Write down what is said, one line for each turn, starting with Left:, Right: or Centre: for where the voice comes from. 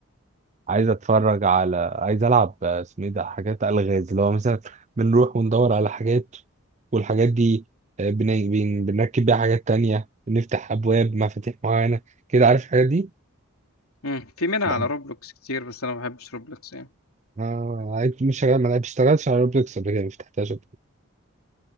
Right: عايز اتفرج على عايز العب آه، اسمه ايه ده حاجات الغاز اللي هو مثلا بنروح وندور على حاجات والحاجات دي آه، بن... بن... بنركب بيها حاجات تانية بنفتح ابواب مفاتيح معينة كده عارف الحاجات دي
Left: امم في منها
Right: بحب
Left: على روبلوكس كتير بس انا ما بحبش روبلوكس يعني
Right: آه... عايز- مش شغال ما اشتغلتش على روبلوكس قبل كده ما فتحتهاش قبل كده